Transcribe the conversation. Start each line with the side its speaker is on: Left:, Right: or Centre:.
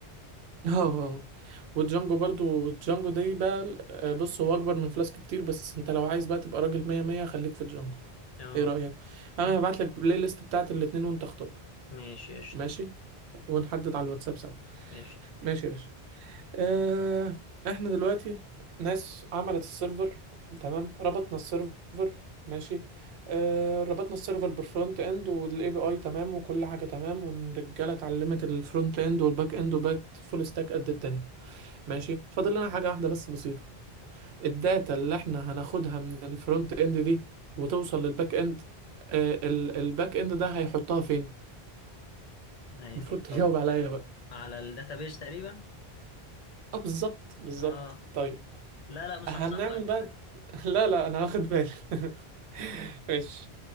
Right: <laughs> آه. آه. والجانجو برضو الجانجو دي بقى آه، بص هو اكبر من فلاسك كتير بس انت لو عايز بقى تبقى راجل مية مية خليك في الجانجو
Left: اه
Right: ايه رأيك انا
Left: م-
Right: هبعت لك البلاي ليست بتاعت الاتنين وانت اختار
Left: ماشي قشطة
Right: ماشي ونحدد على الواتساب سوا
Left: قشطة
Right: ماشي يا باشا آه، احنا دلوقتي ناس عملت السيرفر تمام ربطنا السيرفر ماشي آه، ربطنا السيرفر بالفرونت اند والاي بي اي تمام وكل حاجه تمام والرجاله اتعلمت الفرونت اند والباك اند وبقت فول ستاك قد الدنيا ماشي فاضل لنا حاجه واحده بس بسيطه الداتا اللي احنا هناخدها من الفرونت اند دي وتوصل للباك اند آه، ال- الباك اند ده هيحطها فين
Left: هيحطها
Right: المفروض تجاوب عليا بقى
Left: على الداتابيس تقريبا
Right: اه بالظبط بالظبط
Left: اه
Right: طيب
Left: لا لا مصحصح
Right: هنعمل
Left: لك
Right: بقى <laughs> لا لا انا واخد بالي <laughs> ماشي